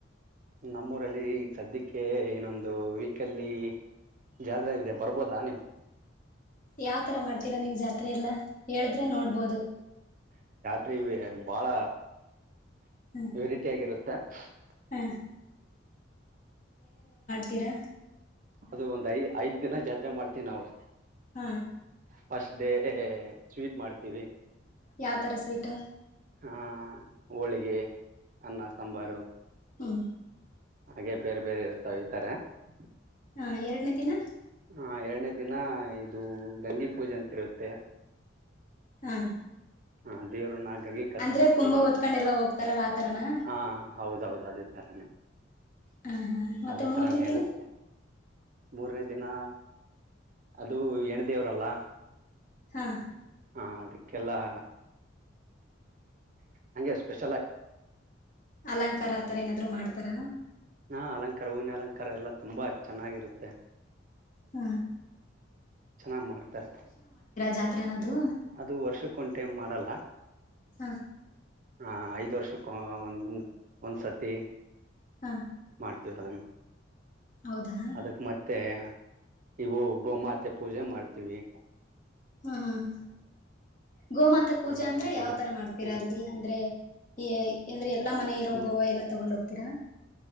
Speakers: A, on the right; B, on the left.
A: ನಮ್ಮೂರಲ್ಲಿ ಸದ್ಯಕ್ಕೆ ಇನೊಂದು ವೀಕಲ್ಲಿ ಜಾದ್ರದೆ <unintelligible> ಬರ್ಬೋದಾ ನೀವು
B: ಯಾವ್ ತರ ಮಾಡ್ತೀರಾ ನೀವ್ ಜಾತ್ <unintelligible> ತ್ರೆ ಎಲ್ಲ ಹೇಳಿದ್ರೆ ನೋಡ್ಬೋದು
A: <unintelligible> ಬಾಳ
B: ಹ್ಮ
A: ವೆರೈಟಿ ಆಗಿರುತ್ ತ್ <unintelligible>
B: ಹಾ ತಿರ
A: ಅದು ಒಂದ್ ಐ ಐದ್ ದಿನ ಜಾತ್ರೆ ಮಾಡ್ತೀವಿ ನಾವು
B: ಹ್ಮ
A: ಫಸ್ಟ್ ಡೇ ಸ್ವೀಟ್ ಮಾಡ್ತೀವಿ
B: ಯಾವ್ ತರ ಸ್ವೀಟ್
A: ಹಾ ಹೋಳಿಗೆ ಅನ್ನ ಸಾಂಬಾರು
B: ಹ್ಮ
A: ಹಾಗೆ ಬೇರೆ ಬೇರೆ ಇರ್ತಾವ <unintelligible>
B: ಹಾ ಎರಡನೇ ದಿನ
A: ಹಾ ಎರಡನೇ ದಿನ ಇದು ಗಂಗೆ ಪೂಜೆ ಅಂತರುತ್ತೆ
B: ಹಾ
A: ಹ ದೇವ್ರನ್ನ <unintelligible> ಕರ್ಕೊಂಡ
B: ಅಂದ್ರೆ
A: ಹೋಗ್ತೀವಿ
B: ಕುಂಭ ಓದ್ಕೊಂಡೆಲ್ಲಾ ಹೋಗ್ತಾರಲ್ಲ ಆತರನಾ
A: ಹಾ ಹೌದೌದು ಅದೇ ತರನೇ
B: ಹ ಹಾ ಮತ್ತೆ
A: ಅದೇ ತರಾನೇ
B: ಮೂರನೇ ದಿನ
A: ಇರುತ್ತೆ ಮೂರನೇದ <unintelligible> ದಿನ ಅದು ಹೆಣ್ಣದೇವ್ರಲ್ಲ
B: ಹಾ
A: ಹಾ ಅದಕ್ಕೆಲ್ಲಾ ಹಂಗೆ ಸ್ಪೆಷ
B: ಅಲಂಕಾರ ಆತರ ಏನಾದ್ರು ಮಾಡ್ತ ತರ
A: ಹಾ ಅಲಂಕಾರ ಹೂವಿನ ಅಲಂಕಾರ ಎಲ್ಲಾ ತುಂಬಾ ಚೆನ್ನಾಗಿರುತ್ತೆ
B: ಹ್ಮ
A: ಚೆನ್ನಾಗ್ ಮಾಡ್ತಾರೆ
B: ಜಾತ್ರೆನದು
A: ಅದು ವರ್ಷಕ್ಕ ಒಂದ ಟೈಮ್ ಮಾಡಲ್ಲ
B: ಹಾ
A: ಹ ಐದು ವರ್ಷಕ್ಕ ಒಂದು ಒಂದ್ಸತಿ
B: ಹಾ
A: ಮಾಡ್ತೀವಿ ಅದನ್ನ
B: ಹೌದಾ ಹಾ
A: ಅದುಕ್ ಮತ್ತೇ ಇವು ಗೋಮಾತೆ ಪೂಜೆ ಮಾಡ್ತಿವಿ
B: ಆ ಹಾ ಹಾ ಹಾ ಗೋಮಾತೆ ಪೂಜೆ
A: ಹಾ
B: ಅಂದ್ರೆ
A: ಅದೆಲ್ಲ
B: ಯಾವ್ ತರ ಮಾಡ್ತೀರಾ
A: ಇರುತ್ತೆ
B: ಅಲ್ಲಿ ಅಂದ್ರೆ ಈ ಅಂದ್ರೆ ಎಲ್ಲ ಮನೆ ಇರೋ
A: ಅಂದ್ರೆ
B: ಗೋವಾ ಎಲ್ಲ ತಗೊಂಡ್ ಹೋಗ್ ತೀರಾ